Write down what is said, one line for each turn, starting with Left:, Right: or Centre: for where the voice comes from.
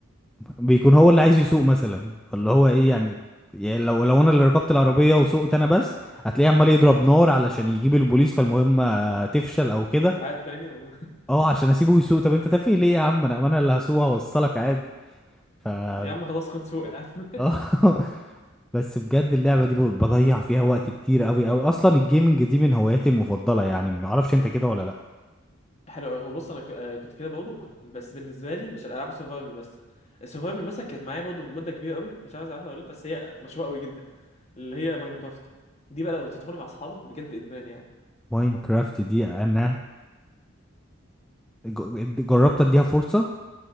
Centre: بيكون هو اللي عايز يسوق مثلا فاللي هو ايه يعني يعني لو لو انا اللي ركبت العربيه وسوقت انا بس هتلاقيه عمال يضرب نار علشان يجيب البوليس فالمهمه تفشل او كده
Left: بتتعاد تاني و...
Centre: اه عشان اسيبه يسوق طب انت تافه ليه يا عم انا انا اللي هسوق هوصلك عادي ف
Left: <laughs>
Centre: اه
Left: يا عم خلاص خد سوق يا عم <laughs>
Centre: <laughs> بس بجد اللعبه دي ب- بضيع فيها وقت كتير قوي قوي اصلا الجيمنج دي من هواياتي المفضله يعني ما اعرفش انت كده ولا لا
Left: حلو هو بص انا ك- آه، كنت كده برضه كنت بس بالنسبه لي مش الالعاب السرفايفل بس السرفايفل مثلا كانت معايا برضه مده كبيره قوي مش عارف عارفها ولا لا بس هي مشهوره قوي جدا اللي هي ماينكرافت دي بقى لو تدخل مع اصحابك بجد ادمان يعني
Centre: ماينكرافت دي انا ج- جربت اديها فرصه